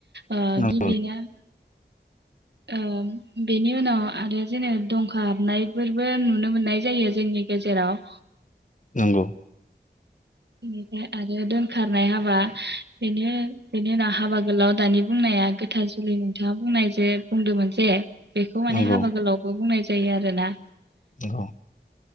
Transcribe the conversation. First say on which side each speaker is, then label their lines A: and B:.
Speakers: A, on the right (about 75°); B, on the left (about 45°).
A: आ
B: नंगौ
A: गिबि <unintelligible> ओ बेनि उनाव आरो जेनो दंखा हाबनायफोरबो नुनो मोननाय जायो जोंनि गेजेराव
B: नंगौ
A: बेनिफ्राय आरो दोनखारनाय हाबा बेनो बेनि उनाव हाबा गोलाव दानि बुंनाया गोथार जुलि नोंथाङा बुंनाय जे बुंदोंमोन जे बेखौ माने
B: नंगौ
A: हाबा गोलावबो बुंनाय जायो आरोना
B: औ